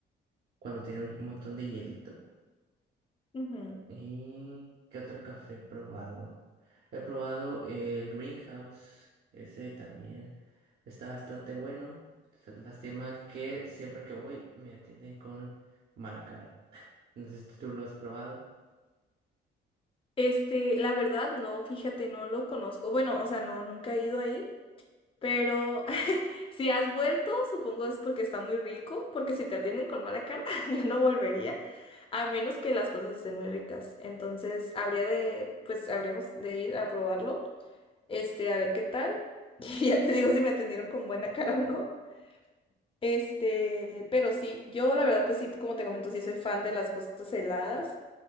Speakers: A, on the right; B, on the left.
A: cuando tiene un montón de hielito.
B: ujú.
A: ¿Y qué otro café he probado? He probado el Greenhouse, ese también está bastante bueno. Lástima que siempre que voy me atienden con mala cara. <laughs> No sé si tú lo has probado.
B: Este, la verdad, no, fíjate, no lo conozco. Bueno, o sea, no, nunca he ido ahí, pero <laughs> si has vuelto, supongo es porque está muy rico, porque si te atienden con mala cara, <laughs> yo no volvería, a menos que las cosas estén muy ricas. Entonces, habría de, pues, habríamos de ir a probarlo. Este, a ver qué tal. <laughs> Y ya te digo si me atendieron con buena cara o no. Este, pero sí, yo la verdad, pues sí, como te comento, sí soy fan de las cosas heladas.